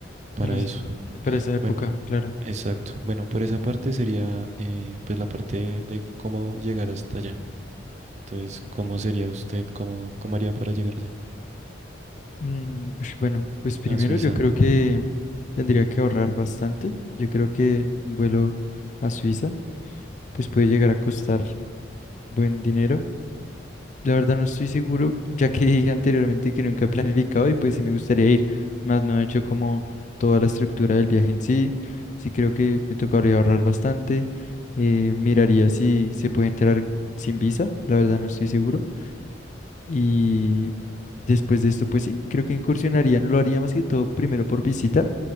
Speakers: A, on the right; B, on the left.
A: para
B: En ese-
A: eso.
B: para esa época,
A: Bueno,
B: claro.
A: exacto. Bueno, por esa parte sería eh, pues la parte de cómo llegar hasta allá. Entonces, ¿cómo sería usted? ¿Cómo, cómo haría para llegar allá?
B: Mm, ush, bueno, pues primero
A: A Suiza.
B: yo creo que tendría que ahorrar bastante. Yo creo que un vuelo a Suiza pues puede llegar a costar buen dinero. La verdad no estoy seguro, ya que <laughs> dije anteriormente que nunca he planificado y pues sí me gustaría ir, más no he hecho como toda la estructura del viaje en sí. Sí creo que me tocaría ahorrar bastante. Eh, miraría si se puede entrar sin visa, la verdad no estoy seguro. Y después de esto, pues sí, creo que incursionarían, lo haría más que todo primero por visita,